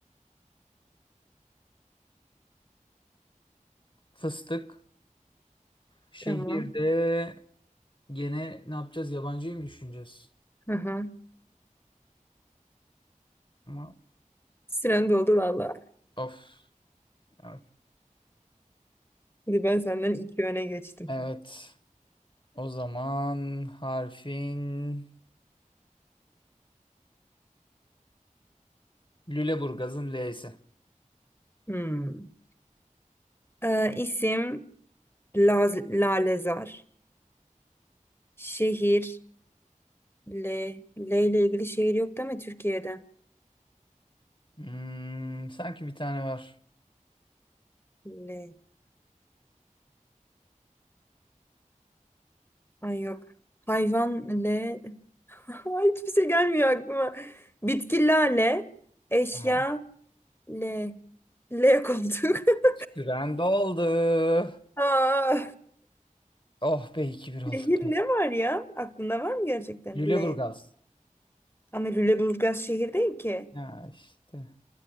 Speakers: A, on the left; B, on the left.
A: fıstık. Şehirde
B: Tamam.
A: gene ne yapacağız? Yabancıyı mı düşüneceğiz?
B: Hı hı.
A: Ama
B: Süren doldu valla.
A: of. Evet.
B: Şimdi ben senden iki öne geçtim.
A: Evet. O zaman harfin Lüleburgaz'ın L'si.
B: Hmm. Ee, isim Laz Lalezar. Şehir L. L ile ilgili şehir yok değil mi Türkiye'de?
A: Hmm, sanki bir tane var.
B: L. Ay yok. Hayvan L. <laughs> Ay, Hiçbir şey gelmiyor aklıma. Bitki lale. Eşya
A: Tamam.
B: L. L koltuk. <laughs>
A: Süren doldu.
B: Aa.
A: Oh be iki
B: <laughs>
A: bir olduk.
B: Şehir ne var ya? Aklında var mı gerçekten?
A: Lüleburgaz.
B: L. Ama Lüleburgaz şehir değil ki.
A: Ya işte